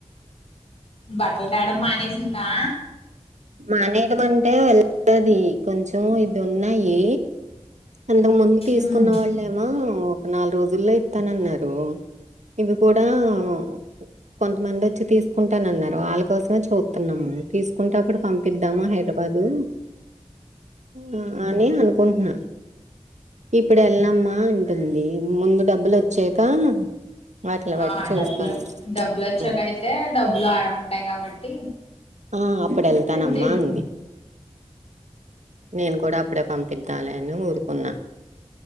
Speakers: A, on the left (about 55°); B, on the right (about 80°).
A: బట్టలు తేడం మానేసిందా.
B: మానేయడం అంటే వెళది కొంచెం ఇది ఉన్నాయి. అంతకు ముందు తీసుకున్న
A: ఉమ్
B: వాళ్ళేమో ఒక నాలుగు రోజుల్లో ఇత్తనన్నారూ. ఇవి కూడా ఉ. కొంతమంది ఓచ్చి తీసుకుంటానన్నారు ఆళ్ళ కోసమే చూత్తున్నాము తీసుకుంటేప్పుడు పంపిద్దామా అ. హైదరాబాదూ అ అని అనుకుంటున్నా. ఇప్పుడు ఎళ్లమ్మా అంటుంది ముందు డబ్బులు. <inaudible>
A: ఆ
B: చూస్తానమ్మా.
A: డబ్బులు డబ్బులు వచ్చాక
B: హ్మ్.
A: అయితే డబ్బులు ఆ ఉంటాయి కాబట్టి
B: ఆ అప్పుడు వెల్తనమ్మా
A: వెళ్ళి తీసుకుంది
B: అంది నేను కూడా అప్పుడే పంపి పిద్దాంలే అని ఊరుకున్నా